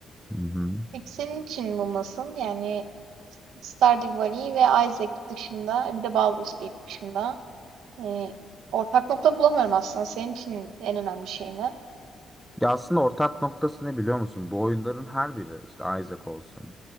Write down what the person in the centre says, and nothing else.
Hı hı.
Ya aslında ortak noktası ne biliyor musun? Bu oyunların her biri işte Isaac olsun,